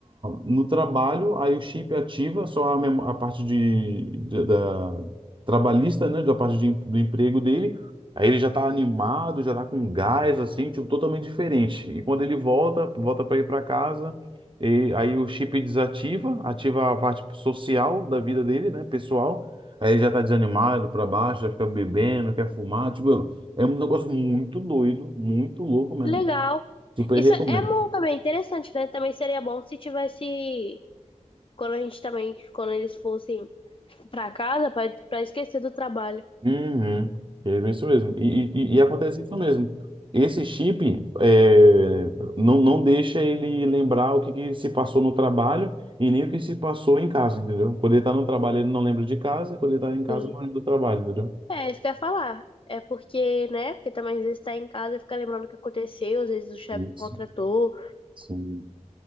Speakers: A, on the right; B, on the left.
A: no trabalho, aí o chip ativa só a, memo- a parte de, de- da trabalhista, né, da parte de em- do emprego dele. Aí ele já tá animado, já tá com gás, assim, tipo, totalmente diferente. E quando ele volta, volta para ir para casa, e aí o chip desativa, ativa a parte social da vida dele, né, pessoal. Aí ele já tá desanimado, para baixo, já fica bebendo, quer fumar, tipo, é um negócio muito doido, muito louco mesmo.
B: Que legal.
A: Super
B: Isso
A: recomendo.
B: é bom também, interessante, né? Também seria bom se tivesse. Quando a gente também. Quando eles fossem pra casa, pra, pra esquecer do trabalho.
A: Uhum. É isso mesmo. E, e- e acontece isso mesmo. Esse chip é, não, não deixa ele lembrar o que, que se passou no trabalho e nem o que se passou em casa, entendeu? Quando ele tá no trabalho, ele não lembra de casa, quando ele tá em casa,
B: Sim.
A: não lembra do trabalho, entendeu?
B: É, isso que eu ia falar. É porque, né? Porque também às vezes tá em casa e fica lembrando o que aconteceu, às vezes o chefe
A: Isso,
B: contratou,
A: sim.